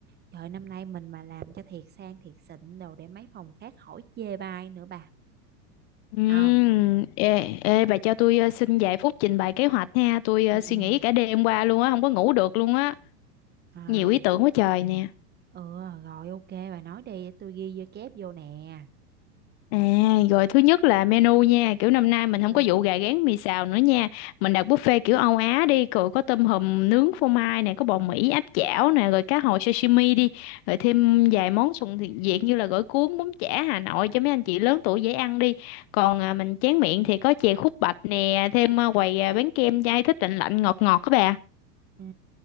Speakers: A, on the right; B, on the left.
A: Trời năm nay mình mà làm cho thiệt sang thiệt xịn đồ để mấy phòng khác hỏi chê bai nữa bà
B: Ừm,
A: Ờ
B: ê, ê, bà cho tôi ờ, xin vài phút trình bày kế hoạch nha. Tôi ờ,
A: Ừ
B: suy nghĩ cả đêm qua luôn á, không có ngủ được luôn á.
A: Ờ
B: Nhiều ý tưởng quá trời nè.
A: Ừ rồi ok bà nói đi để tôi ghi vô chép vô nè.
B: À, rồi thứ nhất là menu nha, kiểu năm nay mình không
A: ừ
B: có vụ gà rán mì xào nữa nha. Mình đặt buffet kiểu Âu Á đi, rồi có tôm hùm nướng phô mai nè, có bò Mỹ áp chảo nè, rồi cá hồi sashimi đi, rồi thêm vài món thuần thiện Việt như là gỏi cuốn, bún chả Hà Nội cho mấy anh chị lớn tuổi dễ ăn đi. Còn à, mình chén miệng thì có chè khúc bạch nè, thêm à, quầy à, bán kem dai thích lạnh lạnh ngọt ngọt các bà.
A: Ừ